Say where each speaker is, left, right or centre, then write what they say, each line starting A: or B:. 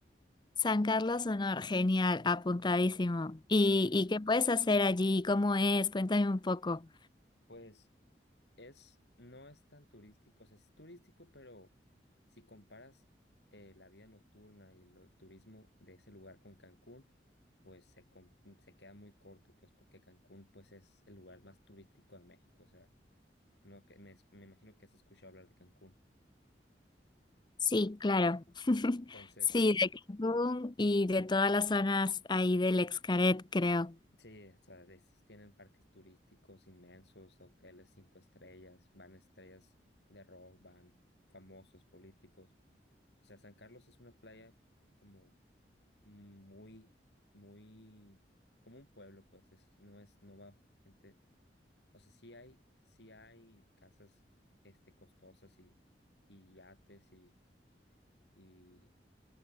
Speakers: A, on the left; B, on the left.
A: San Carlos Sonor. Genial, apuntadísimo. ¿Y,
B: sí
A: y qué puedes hacer allí? ¿Cómo es? Cuéntame un poco.
B: pues Es, no es tan turístico, o sea, es turístico, pero si comparas eh, la vida nocturna y lo- el turismo de ese lugar con Cancún, pues se, com- se queda muy corto, pues porque Cancún pues es el lugar más turístico de México, o sea, no que me, es- me imagino que has escuchado hablar de Cancún.
A: Sí, claro. <laughs>
B: Entonces,
A: Sí,
B: pues
A: de Cancún y de todas las zonas ahí del Excaret, creo.
B: sí, o sea, de esos tienen parques turísticos inmensos, hoteles cinco estrellas, van estrellas de rock, van famosos políticos. O sea, San Carlos es una playa como muy, muy como un pueblo, pues es, no es, no va gente, o sea, sí hay, sí hay casas, este, costosas y, y yates y, y